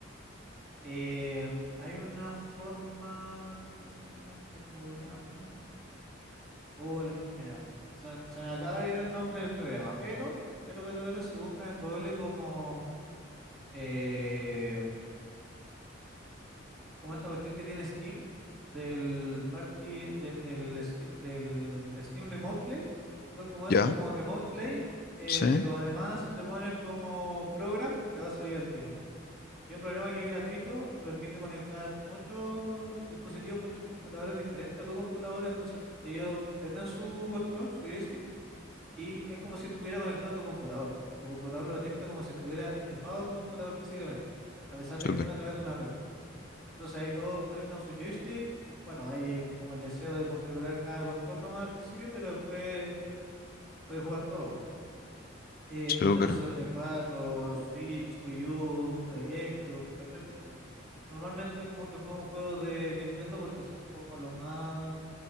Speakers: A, in the centre; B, on the left.
A: Eh, hay una forma, ¿cómo se llama este programa? Uy, mira, se, se me acaba de ir el nombre del programa, pero, pero, pero, pero, si buscas en Google como, eh, como esta cuestión que tiene Steam, del party, de- del, scr- del Steam Remote Play, busca como eso,
B: ¿Ya?
A: como Remote Play, eh,
B: ¿Sí?
A: pero además le pones como program, te va a salir al tiro. Y es un programa que es gratuito, te permite conectar muchos dispositivos, muchos computadores diferentes a tu computador. Entonces, ellos prenden su control, su joystick, y es como si estuviera conectado a tu computador. Tu computador lo detecta como si estuviera enchufado a tu computador físicamente, a pesar de
B: Súper,
A: que está a través de una red. Entonces, ahí todos conectan su joystick. Bueno, ahí es como el deseo de configurar cada control nomás al principio, pero después puedes jugar todo. Eh,
B: súper.
A: Nintendo 64, Switch, Wii U, eh, GameCube, cualquier cuestión. Normalmente como que jugamos juegos de Nintendo porque son como los más